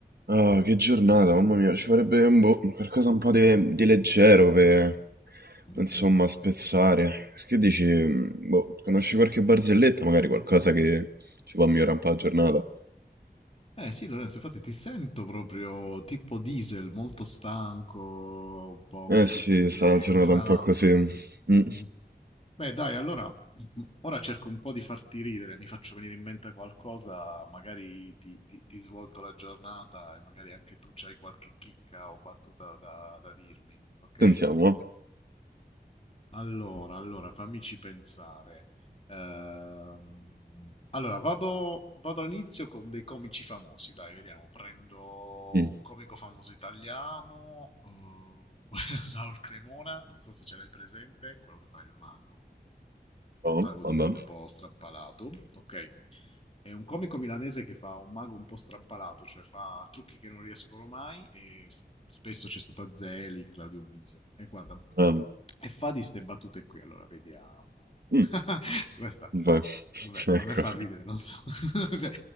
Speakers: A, on the right (about 65°); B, on the left (about 35°).
A: Ah, che giornata, mamma mia, ci farebbe un boh, qualcosa un po' di, di leggero per,
B: Mm-mm.
A: insomma, spezzare. Che dici, mm, boh, conosci qualche barzelletta, magari qualcosa che ci può migliorare un po' la giornata?
B: Eh sì, Lorenzo, infatti ti sento proprio tipo diesel, molto stanco, un po'
A: Eh
B: così,
A: sì,
B: stai, stai
A: è stata una giornata
B: ingranando.
A: un po' così.
B: Mm.
A: Mm,
B: Mm. Beh, dai, allora, <clears throat> ora cerco un po' di farti ridere, mi faccio venire in mente qualcosa, magari ti, ti- ti svolto la giornata e magari anche tu c'hai qualche chicca o battuta da, da dirmi, ok?
A: sentiamo.
B: Allora, allora, fammici pensare. Ehm, allora, vado, vado all'inizio con dei comici famosi, dai, vediamo. Prendo
A: eh. Mm,
B: un comico famoso italiano, eh, <laughs> Raul Cremona, non so se ce l'hai presente, quello che fa il mago, il
A: oh,
B: mago
A: vabbè.
B: tutto un po' strampalato. Ok, è un comico milanese che fa un mago un po' strampalato, cioè fa trucchi che non riescono mai e s- spesso c'è stato Azzelli, Claudio Bisio. E guarda.
A: Ehm,
B: E fa di ste battute qui, allora vediamo.
A: mm,
B: <laughs> questa,
A: vai.
B: vabbè,
A: <laughs>
B: a me fa
A: Ecco.
B: ridere, non so. <laughs> Cioè,